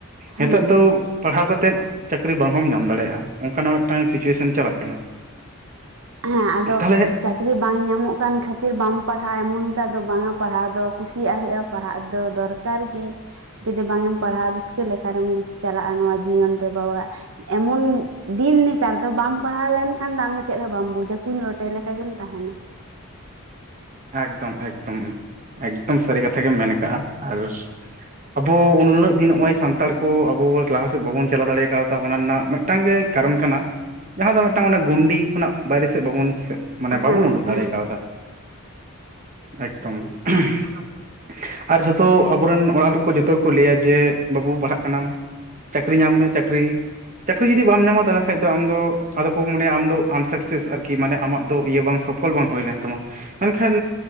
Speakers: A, on the right; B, on the right.
A: ᱦᱩᱸ
B: ᱱᱤᱛᱚᱜ ᱫᱚ ᱯᱟᱲᱦᱟᱣ ᱠᱟᱛᱮᱜ ᱪᱟᱹᱠᱨᱤ ᱵᱟᱝ ᱦᱚᱸᱢᱚ ᱧᱟᱢ ᱫᱟᱲᱮᱭᱟᱜᱼᱟ, ᱚᱱᱠᱟᱱᱟᱜ ᱢᱤᱫᱴᱟᱝ ᱥᱤᱪᱩᱭᱮᱥᱚᱱ ᱪᱟᱞᱟᱜ ᱠᱟᱱᱟ᱾
A: ᱦᱮᱸ ᱟᱫᱚ
B: ᱛᱟᱦᱚᱞᱮ
A: ᱪᱟᱹᱠᱨᱤ ᱵᱟᱝ ᱧᱟᱢᱚᱜ ᱠᱟᱱ ᱠᱷᱟᱹᱛᱤᱨ ᱵᱟᱢ ᱯᱟᱲᱦᱟᱜᱼᱟ, ᱮᱢᱚᱱᱴᱟᱜ ᱫᱚ ᱵᱟᱝᱼᱟ, ᱯᱟᱲᱦᱟᱣ ᱫᱚ ᱠᱩᱥᱤᱭᱟᱜ ᱦᱩᱭᱩᱜᱼᱟ᱾ ᱯᱟᱲᱦᱟᱜ ᱫᱚ ᱫᱚᱨᱠᱟᱨ ᱜᱮ᱾ ᱡᱩᱫᱤ ᱵᱟᱝ ᱮᱢ ᱯᱟᱲᱦᱟᱜᱼᱟ ᱨᱟᱹᱥᱠᱟᱹ ᱞᱮᱥᱟᱨᱮᱢ ᱪᱟᱞᱟᱜᱼᱟ ᱱᱚᱣᱟ ᱡᱤᱭᱚᱱ ᱨᱮ <inaudible> ᱮᱢᱚᱱ ᱫᱤᱱ ᱱᱮᱛᱟᱨ ᱫᱚ ᱵᱟᱢ ᱯᱟᱲᱦᱟᱣ ᱞᱮᱱᱠᱷᱟᱱ ᱫᱚ ᱟᱢ ᱫᱚ ᱪᱮᱫ ᱦᱚᱸ ᱵᱟᱢ ᱜᱚᱡᱟ ᱠᱩᱧ ᱨᱚᱴᱮ ᱞᱮᱠᱟ ᱜᱮᱢ ᱛᱟᱦᱮᱱᱟ᱾
B: ᱮᱠᱫᱚᱢ ᱮᱠᱫᱚᱢ ᱮᱠᱫᱚᱢ ᱥᱟᱹᱨᱤ ᱠᱟᱛᱷᱟ ᱜᱮᱢ ᱢᱮᱱ ᱠᱟᱜᱼᱟ ᱟᱨ ᱟᱵᱚ ᱩᱱᱟᱹᱜ ᱫᱤᱱ ᱱᱚᱜᱼᱚᱭ ᱥᱟᱱᱛᱟᱲ ᱠᱚ ᱟᱵᱚ ᱞᱟᱦᱟ ᱥᱮᱫ ᱵᱟᱵᱚᱱ ᱪᱟᱞᱟᱣ ᱫᱟᱲᱮ ᱠᱟᱣᱫᱟ ᱚᱱᱟ ᱱᱟᱜ ᱢᱤᱫ ᱢᱤᱫᱴᱟᱝ ᱜᱮ ᱠᱟᱨᱚᱱ ᱠᱟᱱᱟ ᱡᱟᱦᱟᱸ ᱫᱚ ᱢᱤᱫᱴᱟᱝ ᱚᱱᱟ ᱜᱩᱱᱰᱤ ᱠᱷᱚᱱᱟᱜ ᱵᱟᱭᱨᱮ ᱥᱮᱫ ᱵᱟᱵᱚᱱ ᱥᱮᱛᱼᱼ ᱢᱟᱱᱮ ᱵᱟᱵᱚᱱ
A: ᱦᱮᱸ
B: ᱩᱰᱩᱜ
A: ᱦᱮᱸ
B: ᱫᱟᱲᱮ ᱠᱟᱣᱫᱟ᱾ ᱮᱠᱫᱚᱢ ᱩᱢᱻᱦᱚᱸ ᱟᱨ ᱡᱷᱚᱛᱚ ᱟᱵᱚᱨᱮᱱ ᱚᱲᱟᱜ ᱦᱚᱲ ᱠᱚ ᱡᱚᱛᱚ ᱜᱮᱠᱚ ᱞᱟᱹᱭᱟ ᱡᱮ ᱵᱟᱹᱵᱩ ᱯᱟᱲᱦᱟᱜ ᱠᱟᱱᱟᱢ ᱪᱟᱹᱠᱨᱤ ᱧᱟᱢ ᱢᱮ ᱪᱟᱹᱠᱨᱤ ᱪᱟᱹᱠᱨᱤ ᱡᱩᱫᱤ ᱵᱟᱢ ᱧᱟᱢᱟ, ᱛᱟᱦᱚᱞᱮ ᱠᱷᱟᱱ ᱫᱚ ᱟᱢ ᱟᱫᱚ ᱠᱚ ᱢᱚᱱᱮᱭᱟ ᱟᱢ ᱫᱚ ᱟᱱᱥᱠᱥᱮᱥ ᱟᱨᱠᱤ ᱢᱟᱱᱮ ᱟᱢᱟᱜ ᱫᱚ ᱤᱭᱟᱹ ᱵᱟᱝ ᱥᱚᱯ ᱥᱚᱯᱚᱞ ᱵᱟᱝ ᱦᱩᱭᱞᱮᱱ ᱛᱟᱢᱟ ᱾ ᱢᱮᱱᱠᱷᱟᱱ